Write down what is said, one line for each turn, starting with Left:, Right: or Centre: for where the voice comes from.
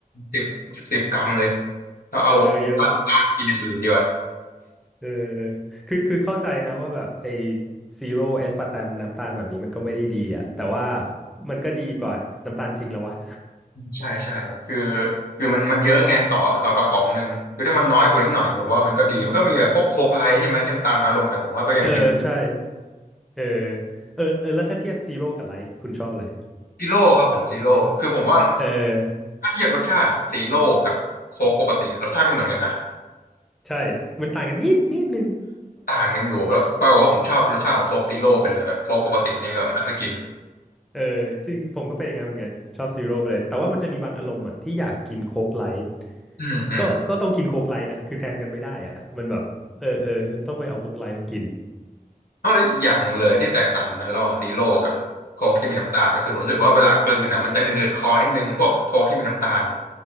Left: สิบสิบกรัมเลยแล้วเอา
Centre: เออเยอะอ่ะ
Left: น้ำตาลไปกินอย่างอื่นดีกว่า
Centre: เออคือคือเข้าใจนะว่าแบบไอ้ซีโร่เอสปาร์ตมน้ำตาลแบบนี้มันก็ไม่ได้ดีอ่ะแต่ว่ามันก็ดีกว่าน้ำตาลจริงแล้ววะ
Left: ใช่ใช่คือคือมันมันเยอะไงต่อเรากระป๋องหนึ่งคือถ้ามันน้อยกว่านิดหน่อยผมว่ามันก็ดีมันก็มีแบบพวกโค้กไลท์ใช่ไหมที่น้ำตาลน้อยลงแต่ผมว่าก็ยังเยอะ
Centre: เออใช่ เออเออเออแล้วถ้าเทียบซีโร่กับไลท์คุณชอบอะไร
Left: ซีโร่ครับผมซีโร่คือผมว่า
Centre: เออ
Left: ถ้าเทียบรสชาติอะซีโร่กับโค้กปกติอะรสชาติไม่เหมือนกันนะ
Centre: ใช่มันต่างกันนิดนิดนึง
Left: ต่างกันอยู่แล้วปรากฏว่าผมชอบรสชาติของโค้กซีโร่ไปเลยอะโค้กปกตินี่ก็ไม่ค่อยกิน
Centre: เออจริงผมก็เป็นอย่างนั้นเหมือนกันชอบซีโร่ไปเลยแต่ว่ามันจะมีบางอารมณ์อ่ะที่อยากกินโค้กไลท์
Left: อืมอืม
Centre: ก็ก็ต้องกินโค้กไลท์นะคือแทนกันไม่ได้อ่ะมันแบบเออเออต้องไปเอาโค้กไลท์มากิน
Left: เอาแล้วอีกอย่างหนึ่งเลยที่แตกต่างกันระหว่างซีโร่กับโค้กที่มีน้ำตาลก็คือผมรู้สึกว่าเวลากลืนอ่ะมันจะเนืดๆคอนิดนึงพวกโค้กที่มีน้ำตาล